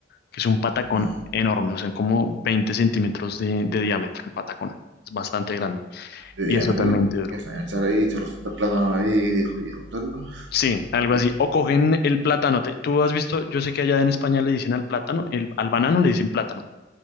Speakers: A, on the left; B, on the right.
A: que es un patacón
B: Ajá.
A: enorme, o sea, como 20 centímetros de, de diámetro el patacón. Es bastante grande
B: De diámetro,
A: y es totalmente duro.
B: y hasta echar ahí chorrocientos plátanos ahí y, dijo- y juntarlo.
A: Sí, algo
B: Y
A: así.
B: yo,
A: O cogen el plátano. te- Tú has visto, yo sé que allá en España le dicen al plátano, el, al banano le dicen plátano,